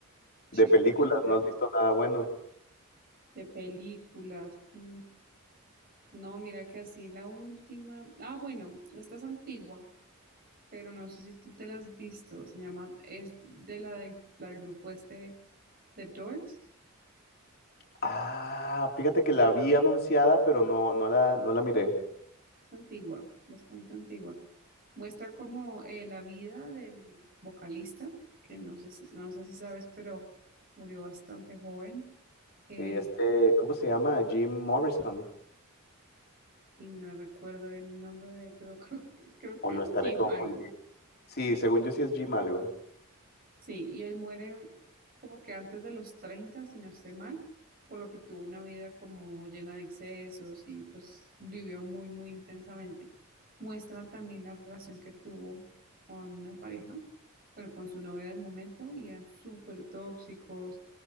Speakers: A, on the right (about 40°); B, on the left (about 45°).
A: Sí,
B: De películas,
A: chévere.
B: ¿no has visto nada bueno?
A: De películas. mm, No, mira que así la última. Ah, bueno, esta es antigua, pero no sé si tú te la has visto. Se llama, es de la del, la del grupo este, The Doors.
B: Ah, fíjate que la vi anunciada, pero no, no la, no la miré.
A: Es antigua, bastante antigua. Muestra como eh, la vida del vocalista, que no sé, si- no sé si sabes, pero murió bastante joven. eh,
B: Sí, este, ¿cómo se llama? Jim Morrison.
A: y no recuerdo bien el nombre de, pero <laughs> creo que, creo
B: O
A: que
B: lo
A: es
B: estaré
A: Jim
B: confundiendo.
A: algo.
B: Sí, según yo sí es Jim algo.
A: Sí, y él muere como que antes de los 30 si no estoy mal, por lo que tuvo una vida como llena de excesos y pues vivió muy, muy intensamente. Muestran también la relación que tuvo con una pareja, bueno, con su novia del momento y eran súper tóxicos.